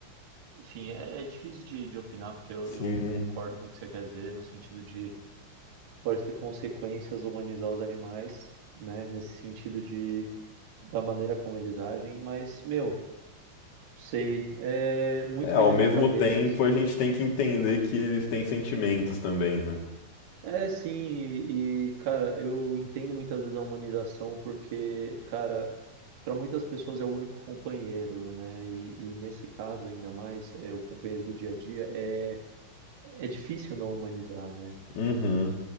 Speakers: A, on the right (about 50°); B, on the left (about 45°).
A: Enfim, é, é difícil de, de opinar, porque eu,
B: Sim.
A: eu concordo com o que você quer dizer, no sentido de pode ter consequências humanizar os animais, né? Nesse sentido de da maneira como eles agem, mas, meu, Sei, é muito
B: É, ao
A: bem na
B: mesmo
A: minha cabeça.
B: tempo a gente tem que entender que eles têm sentimentos também, né?
A: É, sim, e, e, cara, eu entendo muitas vezes a humanização porque, cara, para muitas pessoas é o único companheiro, né? E, e nesse caso ainda mais, é o companheiro do dia a dia, é, é difícil não humanizar, né?
B: Uhum.